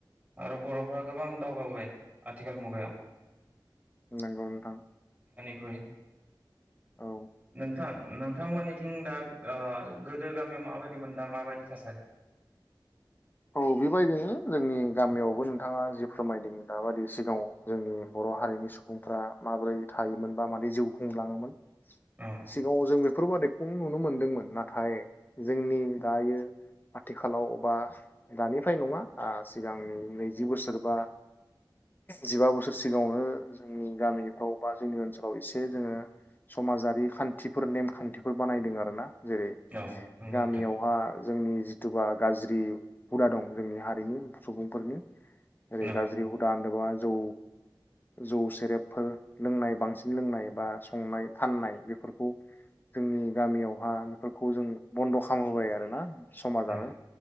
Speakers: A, on the right (about 15°); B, on the left (about 25°).
A: आरो बर'फ्रा गोबां दावगाबाय आथिखाल मुगायाव
B: नंगौ नोंथां
A: <unintelligible>
B: औ
A: नोंथां नोंथांमोननि थिं दा ओ गोदो गामियाव माबायदि मोन दा माबायदि थासारि
B: औ बेबायदिनो जोंनि गामियावबो नोंथाङा जि फोरमायदों दाबायदि सिगाङाव जोंनि बर' हारिनि सुबुंफ्रा माबोरै थायोमोन बा मारै जिउ खुंलाङोमोन
A: अ
B: सिगाङाव जों बेफोरबादि खौ नुनो मोनदोंमोन नाथाय जोंनि दायो आथिखालाव बा दानिफ्राय नङा ओ सिगांनि नैजि बोसोरबा जिबा बोसोरसिम सिगाङावनो जोंनि गामिफ्राव बा जोंनि ओनसोलाव एसे जोङो समाजारि खान्थिफोर नेम खान्थिफोर बानायदों आरो ना जेरै
A: अ नंगौ
B: गामियावहा
A: नोंथां
B: जोंनि जिथुबा गाज्रि हुदा दं जोंनि हारिनि सुबुंफोरनि जेरै
A: औ
B: गाज्रि जेने'बा जौ जौ सेरेबफोर लोंनाय बांसिन लोंनाय बा संनाय फाननाय बेफोरखौ जोंनि गामियावहा बेफोरखौ जों बन्द' खालामहोबाय आरो ना समाजानो
A: औ